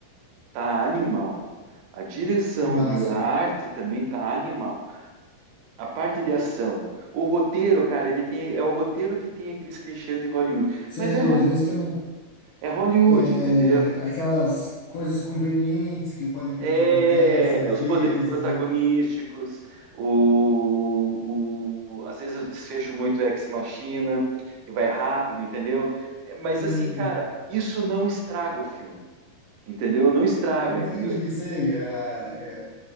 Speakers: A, on the right; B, on the left.
A: tá animal. A direção
B: Que massa,
A: de arte
B: cara.
A: também tá animal. A parte de ação. O roteiro, cara, ele tem, é o roteiro que tem aqueles clichês de Hollywood.
B: Você,
A: Mas é, Ho-
B: às vezes tem um,
A: é Hollywood,
B: é,
A: entendeu?
B: aquelas coisas convenientes que podem
A: É,
B: que acontecem às
A: os
B: vezes,
A: poderes protagonísticos,
B: né?
A: o, o- às vezes o desfecho muito ex-machina, que vai rápido, entendeu? É, Mas
B: Sim,
A: assim, cara, isso não estraga o filme, entendeu? Não estraga,
B: entendi,
A: entendeu?
B: sei. ah, é,